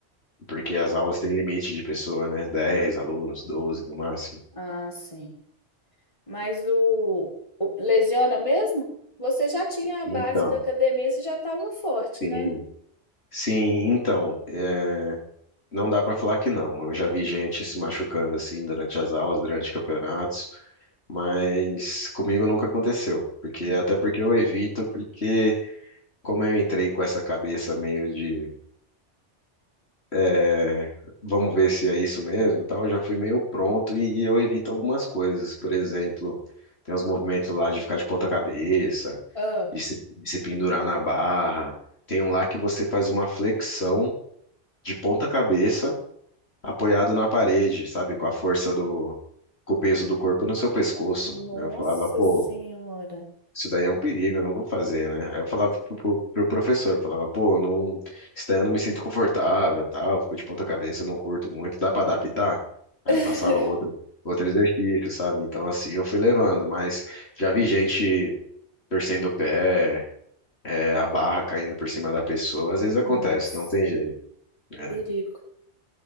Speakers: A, on the left (about 60°); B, on the left (about 25°).
A: Porque
B: E...
A: as aulas têm limite de pessoa, né? 10 alunos, 12 no máximo.
B: Ah, sim. Mas o... o lesiona mesmo? Você já tinha a
A: Então,
B: base da academia, você já estava forte,
A: Sim,
B: né?
A: sim, então, é, não dá para falar que não. Eu já vi gente se machucando assim durante as aulas, durante campeonatos, mas comigo nunca aconteceu, porque
B: Hum.
A: até porque eu evito, porque como eu entrei com essa cabeça meio de é, vamos ver se é isso mesmo, e tal, eu já fui meio pronto e eu evito algumas coisas. Por exemplo, tem os movimentos lá de ficar de ponta cabeça,
B: Ah,
A: de se, de se pendurar na barra. Tem um lá que você faz uma flexão de ponta cabeça apoiado na parede, sabe? Com a força do, com o peso do corpo no seu pescoço.
B: nossa
A: Aí Eu falava, pô,
B: senhora.
A: isso daí é um perigo, eu não vou fazer, né? Aí eu falava pro, pro, pro professor, eu falava, pô, não, isso daí eu não me sinto confortável, tal, eu fico de ponta cabeça, eu não curto muito, dá pra adaptar? Aí
B: <laughs>
A: ele passava outro, outro exercício, sabe? Então assim, eu fui levando, mas já vi gente torcendo o pé, é, a barra caindo por cima da pessoa, às vezes acontece,
B: Nossa,
A: não tem jeito, né?
B: perigo.